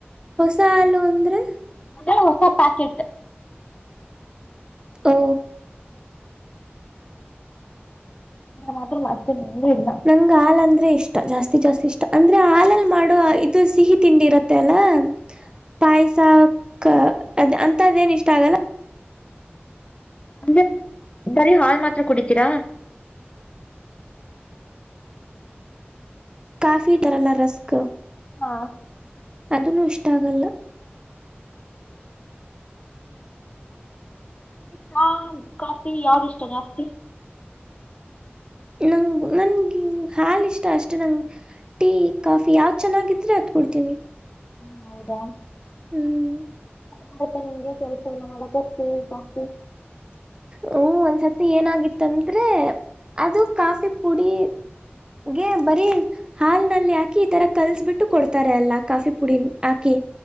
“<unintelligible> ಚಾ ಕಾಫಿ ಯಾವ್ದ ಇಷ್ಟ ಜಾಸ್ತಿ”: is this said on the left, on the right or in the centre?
Left